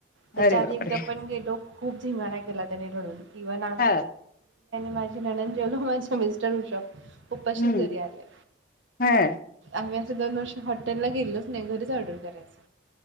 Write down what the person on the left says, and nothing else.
अरे
बापरे
हा
हम्म
हा